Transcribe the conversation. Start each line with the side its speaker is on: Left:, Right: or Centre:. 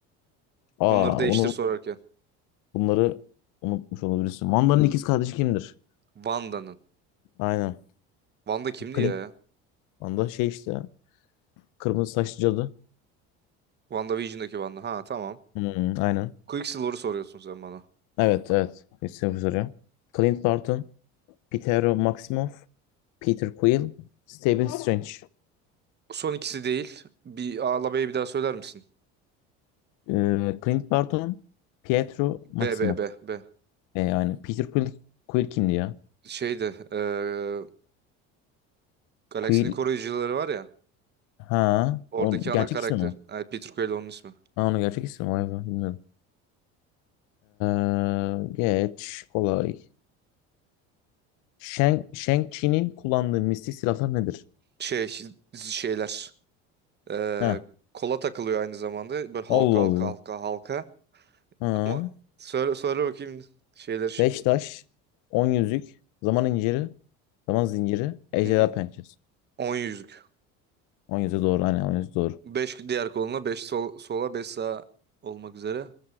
Left: Aa,
Right: Onları değiştir
Left: bunu
Right: sorarken.
Left: Bunları unutmuş olabilirsin. Wanda'nın ikiz kardeşi kimdir?
Right: Wanda'nın.
Left: Aynen.
Right: Wanda kimdi
Left: Clint
Right: ya?
Left: Wanda şey işte. Kırmızı saçlı cadı.
Right: WandaVision'daki Wanda. Ha tamam.
Left: Hmm, aynen.
Right: Quicksilver'ı soruyorsun sen bana.
Left: Evet evet. Christopher soruyor. Clint Barton, Pietro Maximoff, Peter Quill, Stephen Strange.
Right: Son ikisi değil. Bir A'la B'yi bir daha söyler misin?
Left: Ee, Clint Barton, Pietro Maximoff.
Right: B, B, B, B.
Left: E, yani Peter Quill, Quill kimdi ya?
Right: Şeyde. eee Galaksinin
Left: Quill
Right: koruyucuları var ya.
Left: ha
Right: Oradaki
Left: o
Right: ana
Left: gerçek
Right: karakter.
Left: ismi mi?
Right: Evet, Peter Quill onun ismi.
Left: Ha onu gerçek ismi mi? Vay be bilmiyorum. Ee, geç kolay. Shang, Shang-Chi'nin kullandığı mistik silahlar nedir?
Right: Şey, şeyler. eee,
Left: He.
Right: kola takılıyor aynı zamanda. Böyle halka
Left: Allah
Right: halka
Left: Allah.
Right: halka halka.
Left: Ha.
Right: Ama söyle, söyle bakayım şeyler
Left: Beş taş, on yüzük, zaman inciri, zaman zinciri, ejderha
Right: Hı hı.
Left: pençesi.
Right: 10 yüzlük.
Left: On yüzüğü doğru. Hani on yüzüğü doğru.
Right: 5 diğer koluna, 5 sol, sola, 5 sağa olmak üzere.